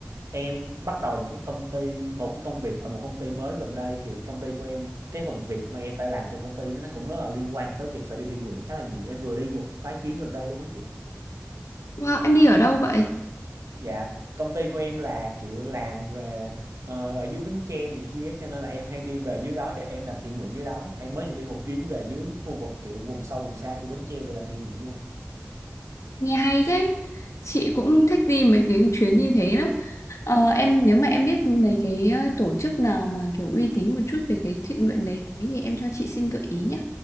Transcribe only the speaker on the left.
wow, em đi ở đâu vậy?
Nghe hay thế. Chị cũng thích đi mấy cái chuyến như thế lắm. Ờ, em nếu mà em biết mấy cái ờ, tổ chức nào mà kiểu uy tín một chút về cái thiện nguyện đấy thì em cho chị xin gợi ý nhé.